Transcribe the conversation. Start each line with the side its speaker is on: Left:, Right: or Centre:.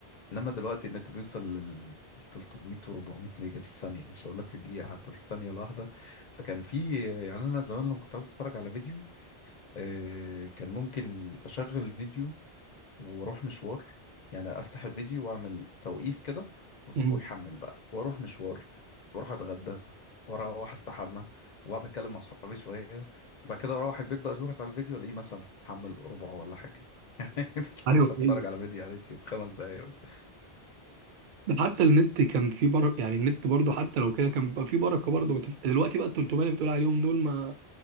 Left: انما دلوقتي النت بيوصل لل 300 و400 ميجا في الثانيه مش هقول لك في الدقيقه حتى في الثانيه الواحده فكان في يعني انا زمان لما كنت عايز اتفرج على فيديو آه، كان ممكن اشغل الفيديو واروح مشوار يعني افتح الفيديو واعمل توقيف كده واسيبه
Right: مم.
Left: يحمل بقى واروح مشوار واروح اتغدى واروح استحمى واقعد اتكلم مع صحابي شويه بعد كده اروح البيت بقى اشوف على الفيديو الاقيه مثلا حمل ربعه ولا حاجه <laughs>
Right: ايوه
Left: مش هتفرج
Right: ايوه
Left: على فيديو على اليوتيوب خمس دقايق بس
Right: ده حتى النت كان فيه بركه يعني النت برضه حتى لو كده كان بيبقى فيه بركه برضه ما تف- دلوقتي بقى ال 300 اللي بتقول عليهم دول ما